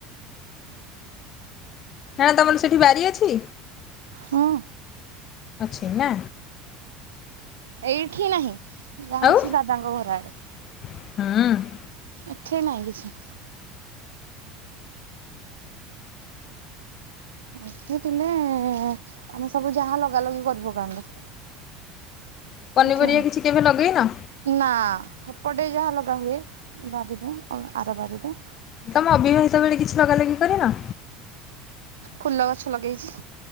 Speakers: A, on the left (about 40°); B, on the right (about 70°).
A: ହାଁ ତମର ସେଠି ବାରି ଅଛି?
B: ହଁ।
A: ଅଛି ନା?
B: ଏଇଠି ନାହିଁ ଯାହା
A: ଆଉ
B: ଅଛି ଦାଦାଙ୍କ ଘର ଆଡେ।
A: ହୁଁ।
B: ଏଠି ନାହିଁ କିଛି। ଏଠିଥିଲେ ଆମେ ସବୁ ଯାହା ଲଗା ଲଗି କରି ପକାନ୍ତୁ।
A: ପନିପରିବା
B: ଏଠି
A: କିଛି କେବେ ଲଗେଇନ?
B: ନାହିଁ। ନା ହେପଟେ ଯାହା ଲଗା ହୁଏ ବାରିରେ ଆର ବାରିରେ।
A: ତମେ ଅବିବାହିତ ବେଳେ କିଛି ଲଗା ଲଗି କରିନ?
B: ଫୁଲ ଗଛ ଲଗେଇଚି।